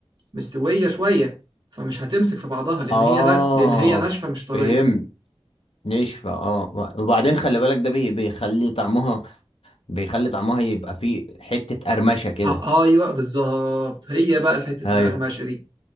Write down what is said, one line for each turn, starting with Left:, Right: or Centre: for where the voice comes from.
Right: مستويه شويه فمش هتمسك في بعضها لان
Left: آه
Right: هي نا... لان هي ناشفه مش طريه
Left: فهمت نشفة اه وبعدين خلي بالك ده بي- بيخلي طعمها بيخلي طعمها يبقى فيه حتة قرمشة كده
Right: آه ايوه بالظبط هي بقى حته
Left: ايوه
Right: القرمشه دي